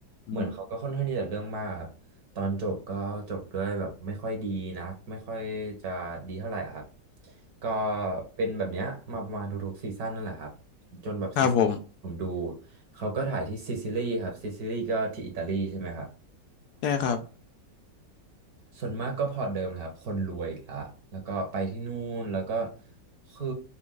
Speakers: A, on the left; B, on the right.
A: อืม
B: เหมือนเขาก็ค่อนข้างที่จะเรื่องมากอะครับ ตอนจบก็จบด้วยแบบไม่ค่อยดีนักไม่ค่อยจะดีเท่าไหร่อะครับ ก็เป็นแบบเนี้ยมาประมาณทุกๆซีซั่นนั่นแหละครับ จนแบบซีซั่นผมดู
A: ครับผม
B: เขาก็ถ่ายที่ซิซิลีครับซิซิลีก็ที่อิตาลีใช่ไหมครับ
A: ใช่ครับ
B: ส่วนมากก็พอร์ตเดิมนะครับคนรวยอีกละแล้วก็ไปที่นู่นแล้วก็คือ